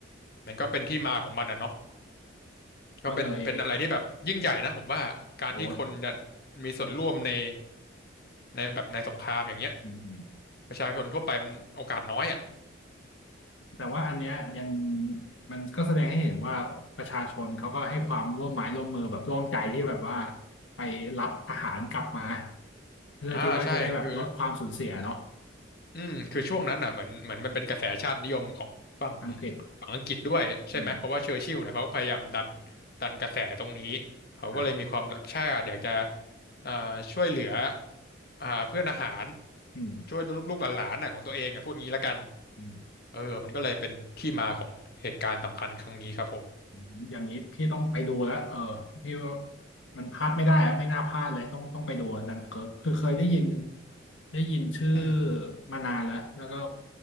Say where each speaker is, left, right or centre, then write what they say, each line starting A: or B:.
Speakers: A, on the left; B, on the left.
A: มันก็เป็นที่มาของมันอ่ะเนาะก็เป็นเป็นอะไรที่แบบยิ่งใหญ่นะผมว่าการที่คนจะ
B: ก็เลยโอ้ย
A: มีส่วนร่วมในในแบบในสงครามอย่างเงี้ย
B: อืมอืม
A: ประชาชนทั่วไปมันโอกาสน้อยอ่ะ
B: แต่ว่าอันเนี้ยยังมันก็แสดงให้เห็นว่าประชาชนเขาก็ให้ความร่วมไม้ร่วมมือแบบร่วมใจที่แบบว่าไปรับทหารกลับมาเพื่อที่ว่าจะได้แบบลดความสูญเสียเนาะ
A: อ่าใช่คือ อืมคือช่วงนั้นน่ะเหมือนเหมือนมันเป็นกระแสชาตินิยมของฝั่ง
B: อังกฤษ
A: ฝั่งอังกฤษด้วยใช่ไหมเพราะว่าเชอร์ชิลล์เนี่ยเขาก็พยายามดัน
B: อืม
A: ดันกระแสตรงนี้เขาก็เลยมีความรักชาติอยากจะ
B: อ่า
A: เอ่อช่วยเหลืออ่าเพื่อนทหาร
B: อืม
A: ช่วยลูกลูกหลานๆน่ะของตัวเองอ่ะพูดงี้ละกัน
B: อืม
A: เออมันก็เลยเป็นที่มาของเหตุการณ์สำคัญครั้งนี้ครับผม
B: อืมอย่างนี้พี่ต้องไปดูแล้วเออพี่ว่ามันพลาดไม่ได้อะไม่น่าพลาดเลยต้องต้องไปดูดันเคิร์กคือเคยได้ยินได้ยินชื่อ
A: อืม
B: มานานแล้วแล้วก็